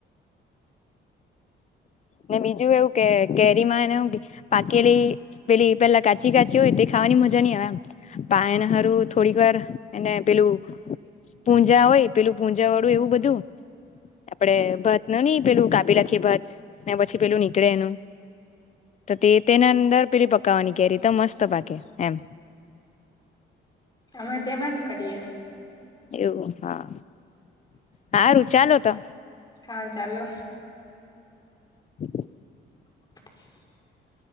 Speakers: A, on the left; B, on the left.
A: ને બીજું એવું કે કેરી માં પાકેલી પેલી પેલા કાચી કાચી હોય તે ખ વાની મજા નઈ આવે એમ પા હારું થોડીક વાર એને પેલું પૂંજા હોય પેલું પૂંજા વાળું એવું બધું આપડે ભત ન નહ પેલું કાપી રાખીએ ભત ને પછી પેલું નીકળે એનું તો તે તેના અંદર પેલી પકાવવાની કે રીતે મસ્ત પાકે એમ
B: અમે તેમાંજ કરીએ
A: એવું હા સારું ચાલો તો.
B: હા ચાલો
A: <unintelligible>
B: <unintelligible>